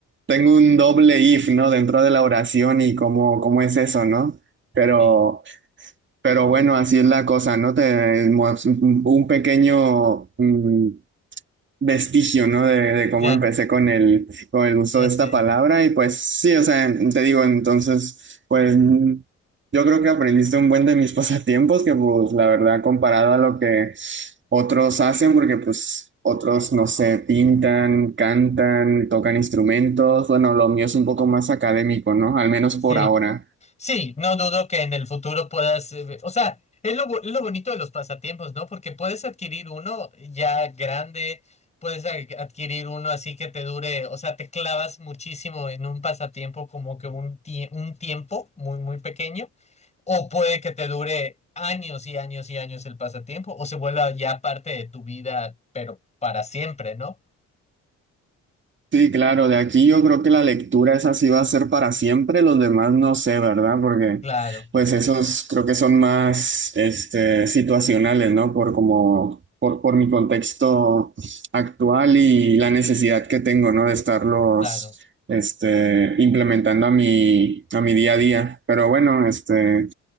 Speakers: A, on the right; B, on the left.
A: tengo un doble if, ¿no? Dentro de la oración y cómo, cómo es eso, ¿no? Pero...
B: Sí,
A: Pero bueno, así es la cosa, ¿no? Te, mo- un pequeño mm, vestigio, ¿no? De, de cómo
B: ya,
A: empecé con el, con el uso
B: ya
A: de
B: sé.
A: esta palabra. Y pues sí, o sea, te digo, entonces, pues mm, yo creo que aprendiste un buen de mis <laughs> pasatiempos, que pues la verdad, comparado a lo que otros hacen, porque pues otros, no sé, pintan, cantan, tocan instrumentos. Bueno, lo mío es un poco más académico, ¿no? Al menos
B: Sí.
A: por ahora.
B: Sí, no dudo que en el futuro puedas, eh, o sea, es lo, bo- es lo bonito de los pasatiempos, ¿no? Porque puedes adquirir uno ya grande, puedes a- adquirir uno así que te dure, o sea, te clavas muchísimo en un pasatiempo como que un, tie- un tiempo muy, muy pequeño, o puede que te dure años y años y años el pasatiempo, o se vuelva ya parte de tu vida, pero para siempre, ¿no?
A: Sí, claro, de aquí yo creo que la lectura esa sí va a ser para siempre, los demás no sé, ¿verdad? Porque
B: Claro,
A: pues esos creo que son más este, situacionales, ¿no? Por como, por, por mi contexto actual y la necesidad que tengo, ¿no? De estarlos
B: claro,
A: este, implementando a mi, a mi día a día. Pero bueno, este,